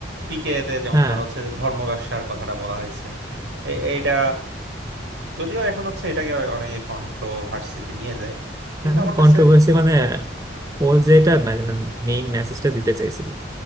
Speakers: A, on the right; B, on the right.
A: পিকে তে যেমন
B: হ্যাঁ
A: ধরো হচ্ছে যে ধর্ম ব্যবসার কথাটা বলা হয়েছে এ- এইটা যদিও এখন হচ্ছে এটাকে অনেকে কন্ট্রোভার্সিতে নিয়ে যায় কিন্তু
B: এখন
A: আমার
B: কন্ট্রোভার্সি
A: কাছে
B: মানে ও যেটা মানে মেইন মেসেজটা দিতে চাইছিল